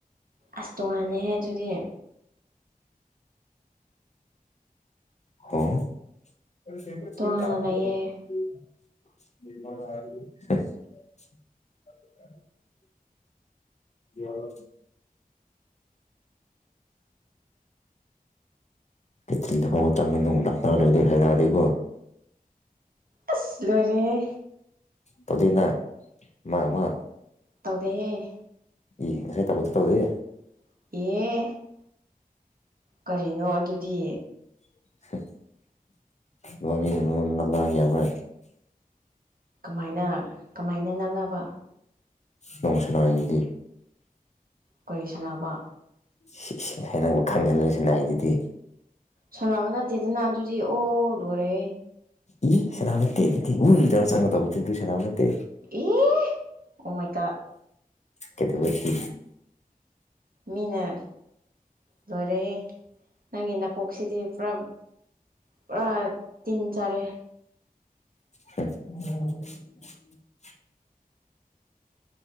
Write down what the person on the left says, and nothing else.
<unintelligible> <inaudible>
<unintelligible> <inaudible> ꯌꯥꯕ ꯔꯠꯇꯔꯤꯟ ꯍꯣ ꯇꯪꯅ ꯂꯈꯅꯧ ꯂꯩꯔꯗꯤ ꯍꯩꯗꯔꯥꯗꯤꯒꯣ
ꯇꯗꯨꯅ ꯃꯥ ꯃꯥ
ꯏ ꯉꯁꯥꯏ ꯊꯕꯛꯇ ꯇꯧꯗꯦ
<unintelligible>
ꯅꯣꯡ ꯁꯅꯥꯏꯗꯤ
ꯁꯤꯁ ꯅꯪꯕꯨ ꯈꯪꯍꯜꯂꯣꯏꯁꯤꯅꯏꯗꯨꯗꯤ
ꯏ ꯁꯅꯥꯥꯟꯅꯠꯇꯦꯤ ꯎ ꯏꯗꯔ ꯆꯪꯒ ꯇꯒꯣꯗꯗꯨ ꯁꯅꯥꯥꯡꯅꯠꯇꯦ
ꯀꯦꯗꯕꯨꯇ
ꯍ <unintelligible> <inaudible>